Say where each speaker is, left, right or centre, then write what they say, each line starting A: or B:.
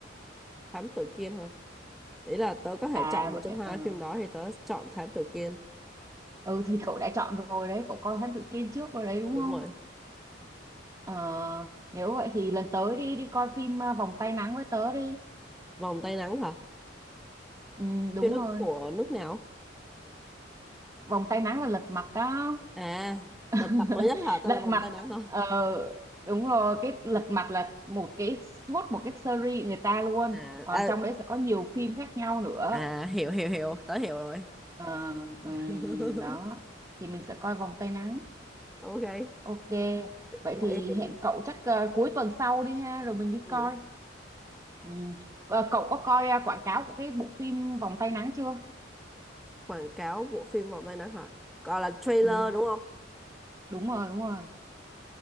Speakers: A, in the centre; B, on the right.
A: thám tử Kiên hơn ý là tớ có thể
B: à
A: chọn một
B: vậy
A: trong
B: ạ,
A: hai
B: ờ.
A: phim đó thì tớ chọn thám tử Kiên
B: ừ thì cậu đã chọn rồi đấy cậu coi Thám Tử Kiên trước rồi đấy đúng
A: đúng
B: không
A: rồi
B: ờ, nếu vậy thì lần tới đi đi coi phim à, Vòng Tay Nắng với tớ đi
A: vòng tay nắng hả
B: ừ, đúng
A: phim đó
B: rồi
A: của nước nào
B: Vòng Tay Nắng là lật mặt đó
A: à
B: <laughs>
A: lịch mặt nổi nhất hả tên
B: lật
A: là vòng
B: mặt
A: tay nắng hả
B: ờ, đúng rồi cái lật mặt là một cái suốt một cái series người ta luôn
A: à,
B: còn
A: à.
B: trong đấy sẽ có nhiều phim khác nhau nữa
A: à hiểu hiểu hiểu tớ hiểu rồi
B: Ờ, ừm,
A: <laughs>
B: đó thì mình sẽ coi vòng tay nắng
A: ok
B: ok vậy
A: vậy
B: thì
A: thì
B: hẹn cậu chắc ờ, cuối tuần sau đi ha rồi mình đi
A: ừ.
B: coi Ừm. Ờ, cậu có coi ờ, quảng cáo của cái bộ phim vòng tay nắng chưa
A: quảng cáo bộ phim vòng tay nắng hả gọi là trailer
B: Ừm,
A: đúng không
B: đúng rồi đúng rồi